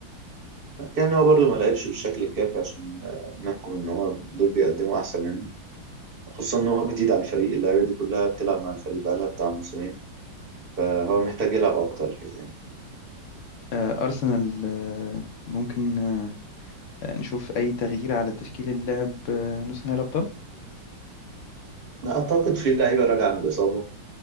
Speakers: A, on the right; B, on the left.
A: يعني هو برضو ما لعبش بالشكل الكافي عشان آه، نحكم إن هو دول بيقدموا أحسن منه خصوصا ان هو جديد على الفريق اللعيبه دي كلها بتلعب مع الفريق بقالها بتاع موسمين فهو محتاج يلعب اكتر الحقيقه يعني
B: آه، أرسنال آه، ممكن آه، نشوف أي تغيير على تشكيل اللاعب آه، نص نهائي الأبطال
A: أنا اعتقد في لعيبه راجعه من الاصابه